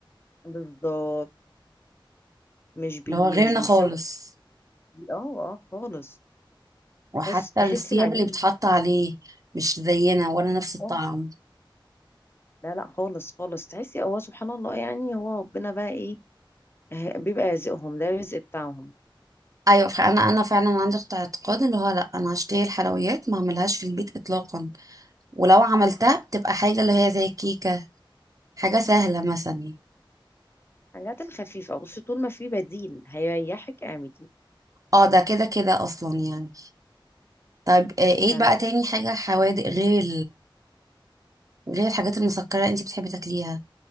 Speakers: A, on the left; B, on the right.
A: بالظبط مش بي
B: اللي هو غيرنا
A: مش بيسوي
B: خالص
A: اه اه خالص
B: وحتى
A: بس تحسي
B: الثياب
A: العجينة
B: اللي بتحط عليه مش زينا ولا نفس الطعم
A: اه لا لا خالص خالص تحسي هو سبحان الله يعني هو ربنا بقى ايه آه، بيبقى رزقهم ده الرزق بتاعهم
B: ايوه فانا انا فعلا عندي اقت- اعتقاد اللي هو لا انا هشتري الحلويات ما اعملهاش في البيت اطلاقا ولو عملتها بتبقى حاجه اللي هي زي الكيكه حاجه سهله مثلا
A: الحاجات الخفيفة بصي طول ما في بديل هيريحك اعملي
B: اه ده كده كده اصلا يعني طيب آه، ايه
A: فاهمة
B: بقى تاني حاجه حوادق غير غير الحاجات المسكرة انتي بتحبي تاكليها